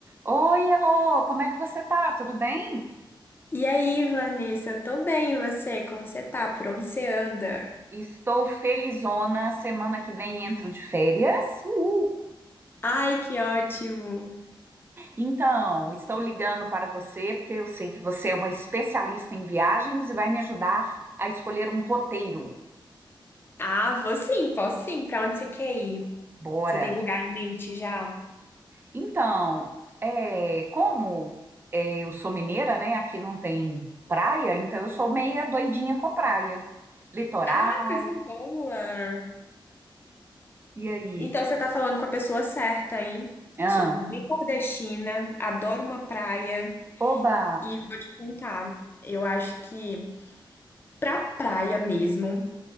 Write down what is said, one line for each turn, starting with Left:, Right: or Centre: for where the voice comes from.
Right: Oi, Elô, como é que você tá? Tudo bem?
Left: E aí, Vanessa, eu tô bem, e você? Como você tá? Por onde você anda?
Right: Estou felizona. Semana que vem entro de férias. Uhul!
Left: Ai, que ótimo!
Right: Então, estou ligando para você porque eu sei que você é uma especialista em viagens e vai me ajudar a escolher um roteiro.
Left: Ah, vou sim, posso sim. Pra onde você quer ir?
Right: Bora!
Left: Você tem lugar em mente já?
Right: Então, é, como é, eu sou mineira, né? Aqui não tem praia, então eu sou meia doidinha com praia. Litoral,
Left: Ah, coisa boa!
Right: e aí?
Left: Então você tá falando com a pessoa certa, hein?
Right: Ah,
Left: Sou bem nordestina, adoro uma praia
Right: oba!
Left: e vou te contar. Eu acho que pra praia mesmo.